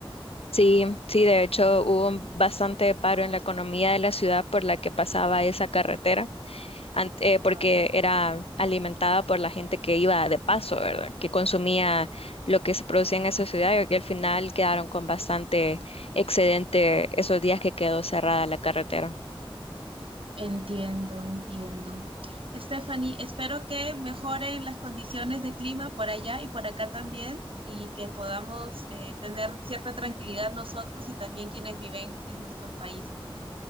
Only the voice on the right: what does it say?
Wow.
Entiendo, entiendo. Stephanie, espero que mejoren las condiciones de clima por allá y por acá también y que podamos eh, tener cierta tranquilidad nosotros y también quienes viven en nuestros países.